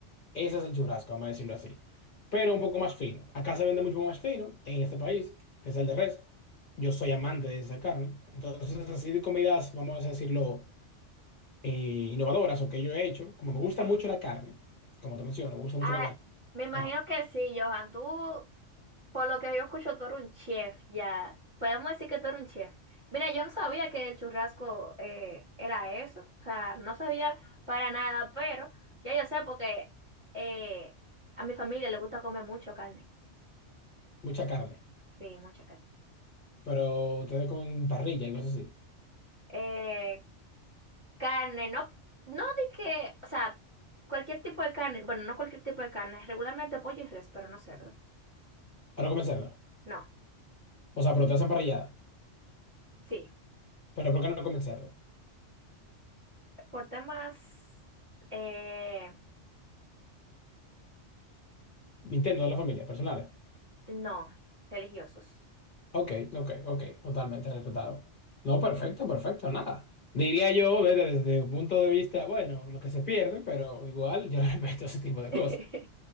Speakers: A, on the left; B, on the right.
A: Ese es el churrasco, vamos a decirlo así. Pero un poco más fino. Acá se vende mucho más fino en este país, que es el de res. Yo soy amante de esa carne. Entonces, así de comidas, vamos a decirlo, eh, innovadoras o que yo he hecho. Como me gusta mucho la carne, como te menciono, me gusta mucho
B: Ah,
A: la carne.
B: me imagino
A: Ah,
B: que sí, Johan. Tú Por lo que yo escucho, tú eres un chef ya. Podemos decir que tú eres un chef. Mira, yo no sabía que el churrasco eh, era eso. O sea, no sabía para nada, pero ya yo sé porque eh, a mi familia le gusta comer mucho carne.
A: mucha carne.
B: Sí, mucha carne.
A: Pero te con parrilla y cosas así.
B: Eh, carne, no, no de que, o sea, cualquier tipo de carne. Bueno, no cualquier tipo de carne. Regularmente pollo y res, pero no cerdo.
A: Pero no comen cerdo.
B: No,
A: O sea, pero te hacen parrillada.
B: sí,
A: Pero ¿por qué no comen cerdo?
B: por temas, eh,
A: Interno de la familia, personales.
B: no, religiosos.
A: Ok, ok, ok, totalmente respetado. No, perfecto, perfecto, nada. Diría yo desde, desde un punto de vista, bueno, lo que se pierde, pero igual yo <laughs> respeto ese tipo de
B: <laughs>
A: cosas.